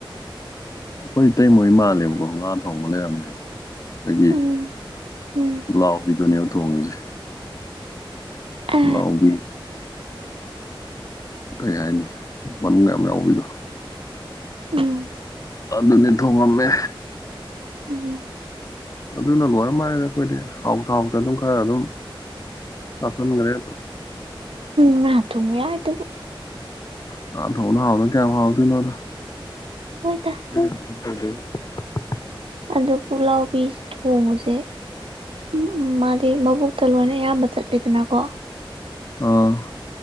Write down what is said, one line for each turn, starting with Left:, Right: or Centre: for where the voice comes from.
Left: ꯑꯩꯈꯣꯏ ꯏꯇꯩ ꯃꯣꯏ ꯃꯥꯜꯂꯦꯕꯀꯣ ꯉꯥ ꯊꯣꯡꯕ ꯂꯩꯔꯝꯃꯦꯕ ꯑꯗꯒꯤ
Right: ꯎꯝ ꯎꯝ
Left: ꯄꯨꯛꯂꯥꯎꯕꯤꯗꯨꯅꯦꯕ ꯊꯣꯡꯉꯤꯖꯦ
Right: ꯑ
Left: ꯄꯨꯛꯂꯥꯎꯕꯤ ꯀꯩ ꯍꯥꯏꯅꯤ ꯃꯔꯨꯡ ꯌꯥꯝ ꯌꯥꯎꯕꯤꯗꯣ
Right: ꯎꯝ
Left: ꯑꯗꯨꯅꯦ ꯊꯣꯡꯉꯝꯃꯦ
Right: ꯎꯝ
Left: ꯑꯗꯨꯅ ꯂꯣꯏꯔꯝ ꯃꯥꯂꯦꯗ ꯑꯩꯈꯣꯏꯗꯤ ꯍꯥꯎꯇꯥ ꯍꯥꯎꯇꯥ ꯑꯗꯨꯝ ꯈꯔ ꯑꯗꯨꯝ ꯆꯥꯁꯟꯒꯔꯦ ꯑꯗꯨꯝ
Right: ꯉꯥ ꯊꯣꯡꯕ ꯌꯥꯎꯗꯨꯕꯨ
Left: ꯉꯥ ꯊꯣꯡꯕꯅ ꯍꯥꯎꯗꯅ ꯀꯌꯥꯝ ꯍꯥꯎꯗꯣꯏꯅꯣꯗ
Right: ꯍꯣꯏꯗ
Left: <unintelligible>
Right: ꯑꯗꯨ ꯄꯨꯛꯂꯥꯎꯕꯤ ꯊꯣꯡꯕꯖꯦ ꯎꯝ ꯃꯥꯗꯤ ꯃꯕꯨꯛꯇ ꯂꯣꯏꯅ ꯑꯌꯥꯝꯕ ꯆꯠꯂꯤꯗꯅꯀꯣ
Left: ꯑꯥ